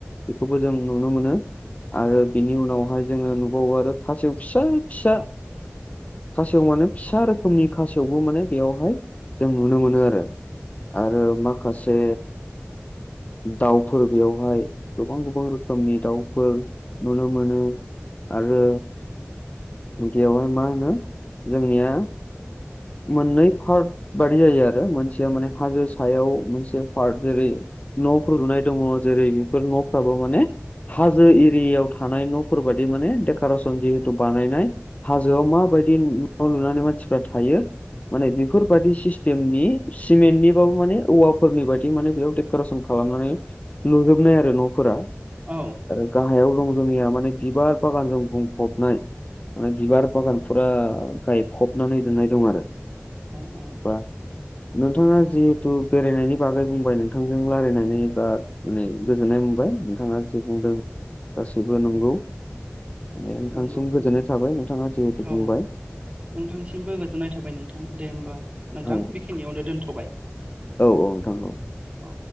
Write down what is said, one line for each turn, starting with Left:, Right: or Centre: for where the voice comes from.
Left: बेखौबो जों नुनो मोनो ‌। आरो बिनि उनावहाय जोङो न बाव आरो खासेव फिसा फिसा खासेव माने फिसा रोखोमनि खासेवबो मोने बेयावहाय जों नुनो मोनो आरो आरो माखासे दाउफोर बेैयावहाय गोबां गोबां रोखोमनि दाउफोर नुनो मोनो। आरो उदैयावहाय मा होनो जोंनिया मोननै पार्ट बादि जायो आरो मोनसेया माने हाजो सायाव मोनसे पार्ट जेरै न'फोर लुनाय दङ जेरै बेफोर न'फ्राबो माने हाजो एरियायाव थानाय न'फोर बादिऊ माने डेक'रेसन जिहेतु बानायनाय हाजोआव माबाय बादि न' लुनानै मानसिफ्रा थायो माने बेफोरबायदि सिस्टेमनि सिमेन्टनिबाबो माने औवाफोरनि बायदि माने बेयाव देक'रेसन खालामनानै लुजोबनाय आरो न'फोरा।
Right: औ
Left: आरो गाहायाव दं जोंनिया माने बिबार बागानजों बुंफबनाय माने बिबार बागानफोरा गायखबनानै दोननाय दं आरो
Right: औ
Left: बा नोंथाङा जि थु बेरायनायनि बागै बुंबाय नोंथांजों रायलायनानै बा माने गोजोननाय मोनबाय नोंथाङा जे बुं ओं गासैबो नंगौ। माने नोंथांसिम
Right: नंगौ
Left: गोजोननाय
Right: नोंथां
Left: थाबाय नोंथाङा जिहेथु
Right: औ
Left: बुंबाय।
Right: नोंथांसिमबो गोजोननाय थाबाय नोंथां दे होमबा नोंथां
Left: औ
Right: बेखिनियावनो दोनथ'बाय
Left: औ नोंथां औ
Right: औ।